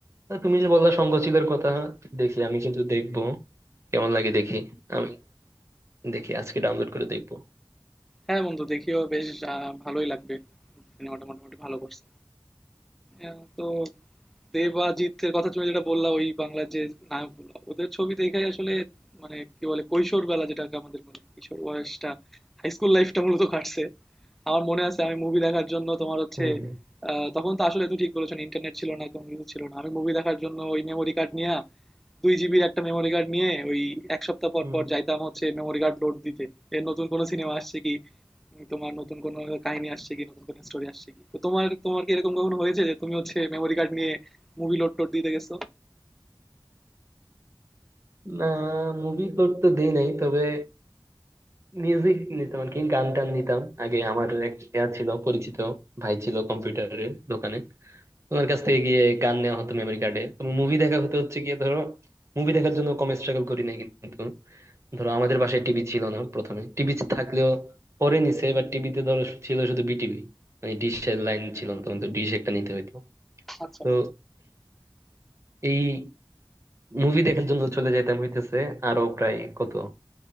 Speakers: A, on the right; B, in the centre.
A: তো তুমি যে বললা সঙ্গ ছিল কথা দেখি আমি কিন্তু দেখবো কেমন লাগে দেখি আমি দেখি আজকে ডাউনলোড করে দেখবো
B: হ্যাঁ বন্ধু দেখিও বেশ আহ, ভালোই লাগবে সিনেমাটা মোটামুটি ভালো করছে আহ, তো দেব আর জিতের কথা তুমি যেটা বললা ওই বাংলার যে নায়কগুলো ওদের ছবি দেখে আসলে মানে কি বলে কৈশোর বেলা যেটাকে আমাদের বলে কিশোর বয়সটা হাই স্কুল লাইফটা মূলত কাটছে আমার মনে আছে আমি মুভি দেখার জন্য তোমার হচ্ছে
A: হুম হুম
B: আহ, তখন তো আসলে তুমি ঠিক বলেছো ইন্টারনেট ছিল না একদম কিছু ছিল না আমি মুভি দেখার জন্য ওই মেমোরি কার্ড নিয়ে দুই জিবির একটা মেমোরি কার্ড নিয়ে ওই এক সপ্তাহ পর
A: হুম।
B: পর যাইতাম হচ্ছে মেমোরি কার্ড লোড দিতে এর নতুন কোনো সিনেমা আসছে কি উম, তোমার নতুন কোনো কাহিনী আসছে কি নতুন কোনো স্টোরি আসছে কি তো তোমার তোমার কি এরকম কখনো হয়েছে যে তুমি হচ্ছে মেমোরি কার্ড নিয়ে মুভি লোড টোড দিতে গেছো
A: না মুভি লোড তো দেই নাই তবে মিউজিক নিতাম আর কি গান টান নিতাম আগে আমার এক ইয়া ছিল পরিচিত ভাই ছিল কম্পিউটারের দোকানে ওনার কাছ থেকে গিয়ে গান নেওয়া হতো মেমোরি কার্ডে তবে মুভি দেখা হতে হচ্ছে গিয়ে ধরো মুভি দেখার জন্য কম স্ট্রাগল করি নাই কিন্তু ধরো আমাদের বাসায় টিভি ছিল না প্রথমে টিভি থাকলেও পরে নিছে এবার টিভিতে ধরো ছিল শুধু বিটিভি মানে ডিশের লাইন ছিল না তখন তো ডিশ একটা নিতে হইতো
B: আচ্ছা
A: তো এই মুভি দেখার জন্য চলে যেতাম হইতেছে আরো প্রায় কত